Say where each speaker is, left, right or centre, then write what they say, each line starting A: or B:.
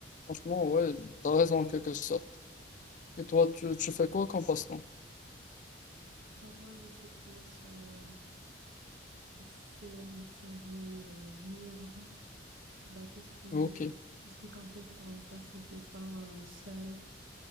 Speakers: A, on the left (about 40°); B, on the right (about 85°).
A: franchement, ouais, t'as raison en quelque sorte. Et toi, tu, tu fais quoi comme passe-temps?
B: Bah, moi, je suis plus euh, film, série, euh, livre, bah, tout ce qui,
A: Ok,
B: est- tout ce qui consiste en passer du temps euh, seul,